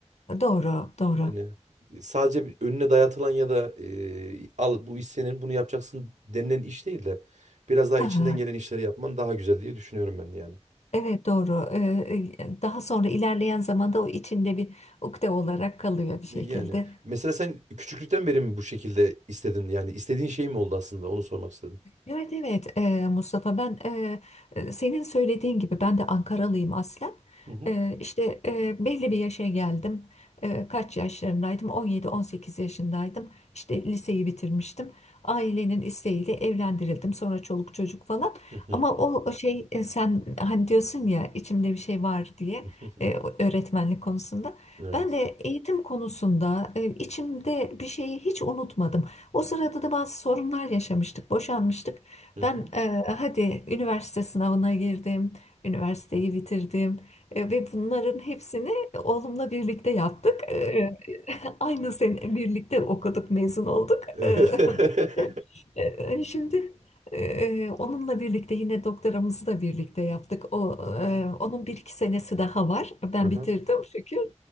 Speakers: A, on the left; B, on the right.
A: Doğru, doğru.
B: Yani e, sadece bir önüne dayatılan ya da e, al bu iş senin bunu yapacaksın denilen iş değil de biraz daha
A: Ha,
B: içinden gelen işleri yapman daha güzel diye düşünüyorum ben yani.
A: Evet, doğru. E, e, daha sonra ilerleyen zamanda o içinde bir ukde olarak kalıyor bir şekilde.
B: E, Yani mesela sen küçüklükten beri mi bu şekilde istedin yani istediğin şey mi oldu aslında onu sormak istedim.
A: Evet evet e, Mustafa ben e, e, senin söylediğin gibi ben de Ankaralıyım aslen.
B: Hı hı.
A: E, işte e, belli bir yaşa geldim. E, kaç yaşlarındaydım? 17-18 yaşındaydım. İşte liseyi bitirmiştim. Ailenin isteğiyle evlendirildim. Sonra çoluk çocuk falan.
B: Hı hı.
A: Ama o o şey e, sen hani diyorsun ya içimde bir şey var diye
B: <laughs>
A: e, öğretmenlik konusunda.
B: Evet.
A: Ben de eğitim konusunda e, içimde bir şeyi hiç unutmadım. O sırada da bazı sorunlar yaşamıştık, boşanmıştık.
B: Hı
A: Ben
B: hı.
A: e, hadi üniversite sınavına girdim, üniversiteyi
B: <laughs>
A: bitirdim E, ve bunların hepsini oğlumla birlikte yaptık. E, aynı sene birlikte okuduk, mezun olduk.
B: Evet.
A: E, işte, e, şimdi e, onunla birlikte yine doktoramızı da birlikte yaptık. O
B: Hmm.
A: e, onun bir iki senesi daha var. Ben
B: Aha.
A: bitirdim şükür.